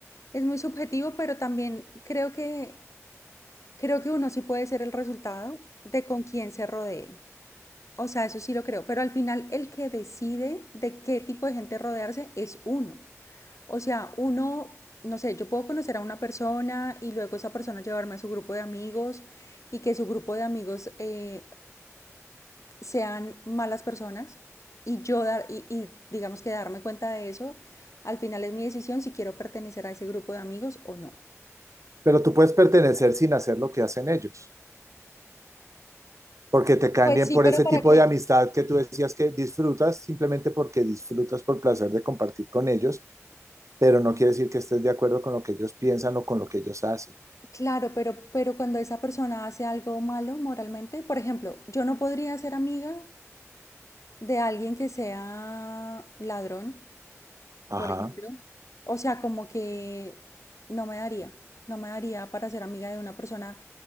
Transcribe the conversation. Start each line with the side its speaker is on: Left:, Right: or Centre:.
Left: es muy subjetivo, pero también creo que, creo que uno sí puede ser el resultado de con quién se rodee. O sea, eso sí lo creo, pero al final el que decide de qué tipo de gente rodearse es uno. O sea, uno, no sé, yo puedo conocer a una persona y luego esa persona llevarme a su grupo de amigos y que su grupo de amigos eh, sean malas personas y yo dar, y, y digamos que darme cuenta de eso, al final es mi decisión si quiero pertenecer a ese grupo de amigos o no.
Right: Pero tú puedes pertenecer sin hacer lo que hacen ellos. porque te caen
Left: Pues
Right: bien
Left: sí,
Right: por
Left: pero
Right: ese
Left: ¿para
Right: tipo
Left: qué?
Right: de amistad que tú decías que disfrutas simplemente porque disfrutas por placer de compartir con ellos, pero no quiere decir que estés de acuerdo con lo que ellos piensan o con lo que ellos hacen.
Left: Claro, pero, pero cuando esa persona hace algo malo moralmente, por ejemplo, yo no podría ser amiga de alguien que sea ladrón, por
Right: Ajá.
Left: ejemplo. O sea, como que no me daría, no me daría para ser amiga de una persona